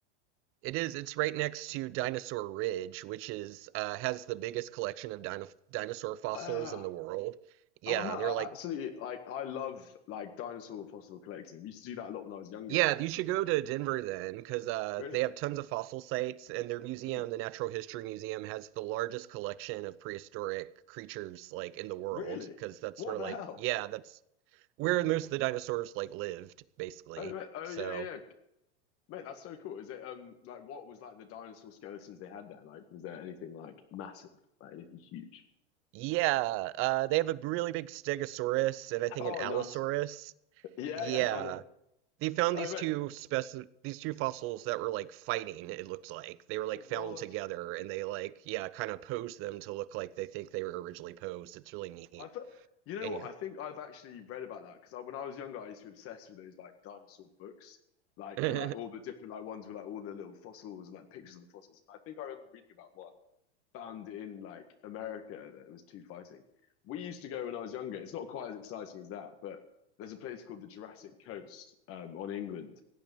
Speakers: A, on the right; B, on the left.
A: it is it's right next to Dinosaur Ridge, which is uh, has the biggest collection of dino dinosaur fossils
B: Ah,
A: in the world. Yeah,
B: Oh man,
A: they're
B: I
A: like
B: absolutely like I love like dinosaur fossil collecting. We used to do that a lot when I was younger.
A: yeah, you should go to Denver then, because uh,
B: Really?
A: they have tons of fossil sites, and their museum,
B: Mm,
A: the Natural History Museum, has the largest collection of prehistoric creatures like in the world,
B: really?
A: because that's
B: What
A: where
B: the
A: like
B: hell?
A: yeah, that's where most of the dinosaurs like lived, basically.
B: Oh man, oh
A: So
B: yeah, yeah. Mate, that's so cool. Is it um like what was like the dinosaur skeletons they had there? Like was there anything like massive, like anything huge?
A: yeah, uh, they have a really big Stegosaurus and I think
B: Oh
A: an Allosaurus.
B: nice. Yeah,
A: Yeah,
B: yeah, I know.
A: they found
B: Oh
A: these
B: mate.
A: two speci these two fossils that were like fighting. It looked like they were
B: Oh
A: like
B: what?
A: found together, and they like yeah, kind of posed them to look like they think they were originally posed. It's really neat.
B: I th- you know
A: And
B: what? I think I've actually read about that because I, when I was younger, I used to be obsessed with those like dinosaur books, like
A: yeah,
B: and like all the different like ones with like all the little fossils and like pictures of the fossils. I think I remember reading about one found in like America that was two fighting. We used to go when I was younger. It's not quite as exciting as that, but there's a place called the Jurassic Coast um, on England,